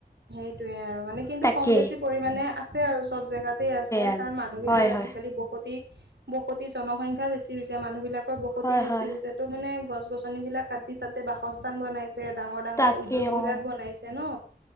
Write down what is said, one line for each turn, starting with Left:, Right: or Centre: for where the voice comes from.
Right: সেইটোয়ে আৰু মানে কিন্তু
Left: তাকেই
Right: কম বেছি পৰিমণে আছে আৰু চব জেগাতে আছে,
Left: আৰু
Right: কাৰণ মানুহ বিলাক
Left: হয়
Right: আজিকালি
Left: হয়
Right: বহুত সতি, বসতি জনসংখ্যা, বেছি হৈছে মানুহ বিলাকৰ বসতি
Left: হয়
Right: বেছি
Left: হয়
Right: হৈছে ত' মানে গছ-গছনি বিলাক কাটি তাতে বাসস্থান বনাই ছে ডাঙৰ ডাঙৰ
Left: তাকে
Right: উদ্যোগ বিলাক
Left: অ
Right: বনাইছে ন